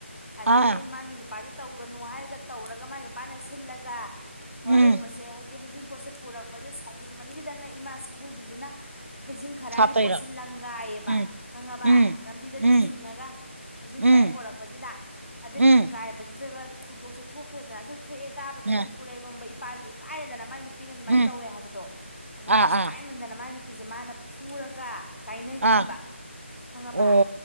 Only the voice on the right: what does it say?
ꯑꯥ
ꯎꯝ
ꯍꯥꯞꯇꯣꯏꯔꯣ
ꯎꯝ
ꯎꯝ
ꯎꯝ
ꯎꯝ
ꯎꯝ
ꯑ
ꯎꯝ
ꯑꯥ
ꯑꯥ
ꯑꯥ
ꯑꯣ